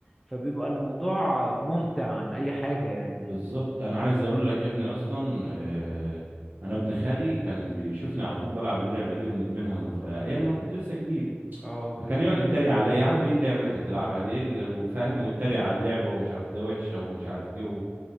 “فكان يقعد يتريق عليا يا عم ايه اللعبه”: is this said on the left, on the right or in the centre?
Right